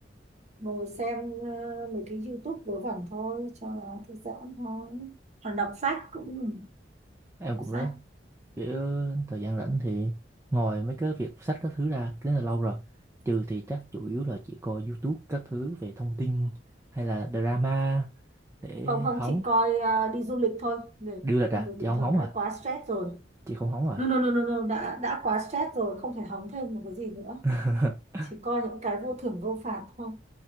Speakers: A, on the right; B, on the right.
A: ngồi xem ờ, mấy cái YouTube vớ vẩn thôi cho nó thư giãn thôi còn đọc sách cũng ừ,
B: em cũng
A: sách
B: thế kiểu thời gian rảnh thì ngồi mấy cái việc sách các thứ ra cái đó là lâu rồi trừ thì chắc chủ yếu là chỉ coi YouTube các thứ về thông tin hay là drama để
A: không không
B: hóng
A: chị coi ờ, đi du lịch thôi Người,
B: điêu lịch
A: công
B: à
A: việc bình
B: chị không
A: thường
B: hóng
A: đã
B: à
A: quá stress rồi
B: chị không hóng à
A: no, no, no, no, no. đã đã quá stress rồi không thể hóng thêm một cái gì nữa
B: <laughs>
A: chỉ coi những cái vô thưởng vô phạt thôi